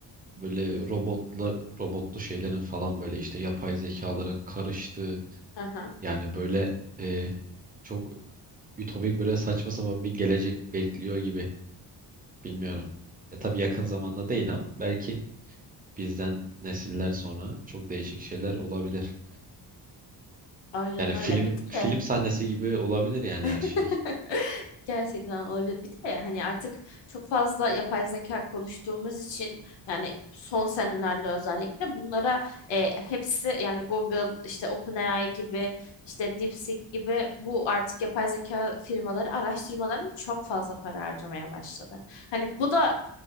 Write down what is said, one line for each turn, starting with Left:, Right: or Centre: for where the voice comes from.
Right: böyle robotla robotlu şeylerin falan böyle işte yapay zekaların karıştığı
Left: Aha,
Right: yani böyle e, çok ütopik böyle saçma sapan bir gelecek bekliyor gibi. Bilmiyorum. E tabii yakın zamanda değil ama belki bizden nesiller sonra çok değişik şeyler olabilir.
Left: aynen
Right: Yani film
Left: öyle. Bir
Right: film
Left: de
Right: sahnesi gibi olabilir yani
Left: <laughs>
Right: her şey.
Left: gerçekten olabilir. Bir de hani artık çok fazla yapay zeka konuştuğumuz için yani son senelerde özellikle bunlara e, hepsi yani Google işte OpenAI gibi işte DeepSeek gibi bu artık yapay zeka firmaları araştırmalarını çok fazla para harcamaya başladı. Hani bu da